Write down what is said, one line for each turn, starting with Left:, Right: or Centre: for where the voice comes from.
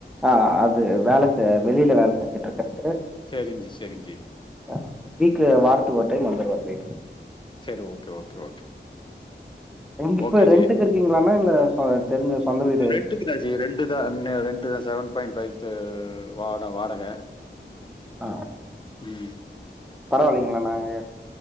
Centre: ஆ அது வேல செய்ய வெளில வேல செஞ்சுட்டு இருக்காரு
Left: சேரிங் ஜி சேரிங் ஜி
Centre: அ வீக்ல வாரத்துக்கு ஒரு டைம் வந்துருவாரு வீட்டுக்கு
Left: செரி ஓகே ஓகே ஓகே
Centre: எங்க இப்ப
Left: ஓகே
Centre: ரென்ட்டுக்கு
Left: ஜி.
Centre: இருக்கீங்ளானா இல்ல சொ தெரிஞ்ச சொந்த வீட்
Left: ரென்ட்டுக்கு தா ஜி ரென்ட்டு தா இன்ன ரென்ட்டு தா செவன் பாயிண்ட் ஃபைவ்க்கு வாட வாடக
Centre: ஆ
Left: ம்
Centre: பரவாயில்லேங்ளானா ஏ